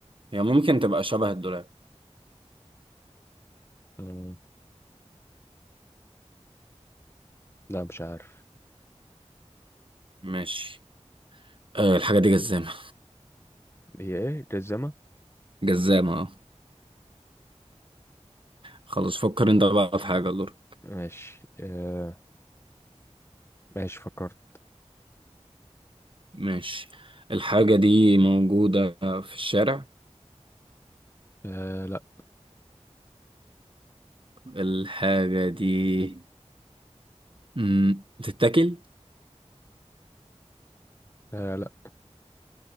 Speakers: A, on the right; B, on the left.
A: هي يعني ممكن تبقى شبه الدولاب
B: مم، لا مش عارف
A: ماشي أه الحاجة دي جزامة
B: هي ايه جزمة
A: <laughs> جزامة اه خلاص فكر انت بقى في حاجة لور
B: ماشي آه ماشي فكرت
A: ماشي الحاجة دي موجودة في الشارع
B: آه لا
A: الحاجة دي مم، بتتاكل
B: آه لا